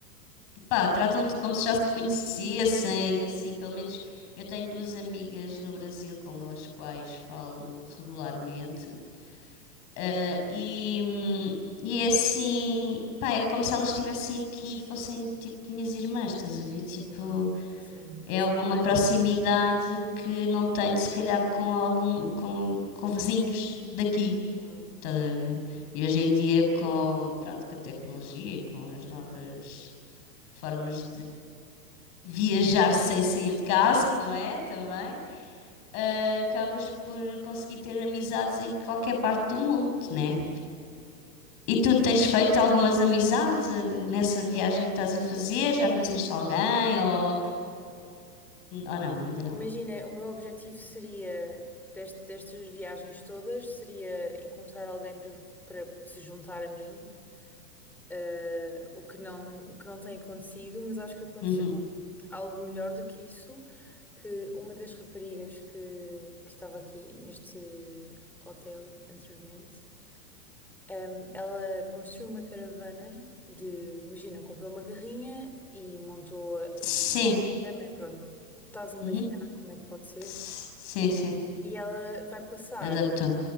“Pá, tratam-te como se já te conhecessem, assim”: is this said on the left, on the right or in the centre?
Left